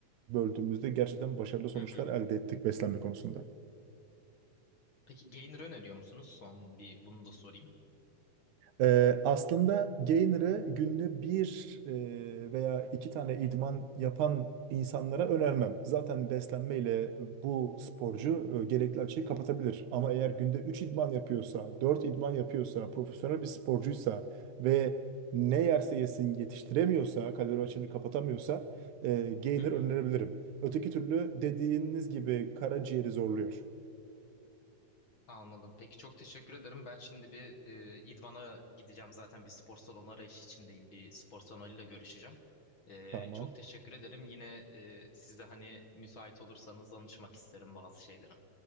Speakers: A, on the right; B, on the left.
A: böldüğümüzde gerçekten başarılı sonuçlar
B: Hı hı.
A: elde ettik beslenme konusunda.
B: Peki Gainer öneriyor musunuz? Son bir bunu da sorayım.
A: Ee, aslında Gainer'ı günde bir e, veya iki tane idman yapan insanlara önermem. Zaten beslenmeyle bu sporcu e, gerekli açığı kapatabilir. Ama eğer günde 3 idman yapıyorsa, 4 idman yapıyorsa, profesyonel bir sporcuysa ve ne yerse yesin yetiştiremiyorsa, kalori açığını kapatamıyorsa e, Gainer
B: Hı hı.
A: önerebilirim. Öteki türlü dediğiniz gibi karaciğeri zorluyor.
B: Anladım. Peki çok teşekkür ederim. Ben şimdi bir e, idmana gideceğim. Zaten bir spor salonu arayışı içindeyim. Bir spor salonuyla görüşeceğim. E,
A: Tamam.
B: çok teşekkür ederim. Yine e, siz de hani müsait olursanız danışmak isterim bazı şeylere.